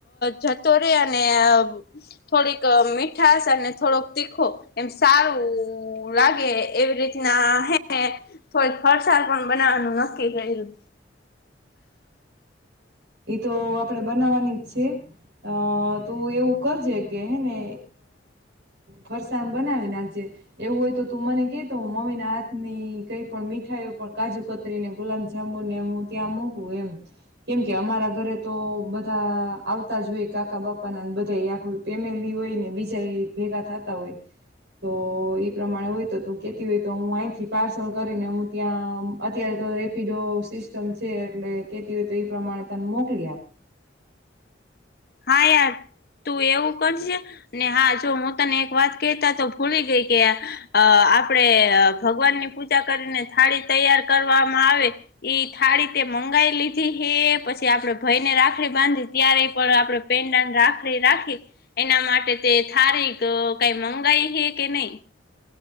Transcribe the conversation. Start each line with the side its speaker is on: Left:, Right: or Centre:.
Left: જતો રે અને થોડીક મીઠાશ ને થોડોક તીખો એમ સારું લાગે એવી રીતના હેને. થોડીક ફરસાડ પણ બનાવવાનું નક્કી કર્યું.
Right: એ તો આપણેે બનાવાની જ છે. અ તું એવું કરજે કે હેને ફરસાણ બનાવી નાખજે. એવું હોય તો તું મને કેતો મમી ના હાથની કઈ પણ મીઠાઈ પણ કાજુ કતરી ને ગુલાબ જાંબુને ત્યાં મોકલું એમ, કેમ કે અમારા ઘરે તો બધા આ તા જોય કાકા બાપા ના બધા આખું ફેમિલી હોય ને બીજા એ ભેગા થતા હોય. તો એઈ પ્રમાણે હોય તો તું કેતી હોય તો હું અહીંથી પાર્સલ કરીને હું ત્યાં અત્યારે તો રેપિડો સિસ્ટમ છે એટલે કેતી હોય તો એ પ્રમાણે તને મોકલી આપ.
Left: હા યાર. તું એવું કરજે, ને હા જો હું તને એક વાત કેતા તો ભૂલી ગઈ કે, આ આપડે ભગવાન ની પૂજા કરીને થાળી તૈયાર કરવામાં આવે, ઈ થાળી તે મંગાવી લીધી હે પછી આપડે ભય ને રાખડી બાંધી ત્યારે પણ આપડ પેનડા રાખડી રાખી, એના માટે તે થારીખ કઈ મંગાઈ હે. કે નહી.